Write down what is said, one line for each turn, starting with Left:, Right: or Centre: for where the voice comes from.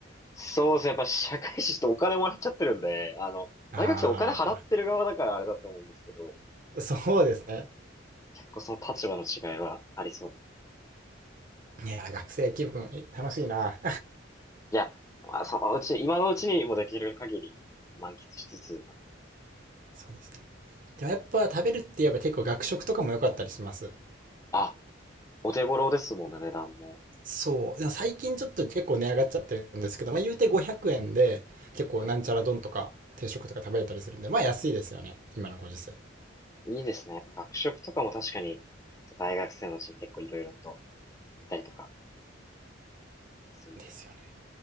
Left: そうですね。やっぱ社会人ってお金もらっちゃってるんで、あの、
Right: <laughs> あ
Left: 大学生お金払ってる側だからあれだと思うんですけど、
Right: あ、そうですね。
Left: 結構その立場の違いはありそうです。
Right: いや、学生気分楽しいな。
Left: いや、まあそのうち、今のうちにもできる限り満喫しつつだと。
Right: <laughs> そうですね。でもやっぱ食べるって言えば結構学食とかも良かったりします。
Left: あ、お手頃ですもんね、値段も。
Right: そう、最近ちょっと結構値上がっちゃってるんですけど、まあ言うて500円で結構なんちゃら丼とか定食とか食べれたりするんで、
Left: ええ、
Right: まあ安いですよね。今のご時世。
Left: いいですね。やっぱ学食とかも確かに、大学生のうちに結構いろいろと行ったりとか、そういいですね。
Right: ですよね。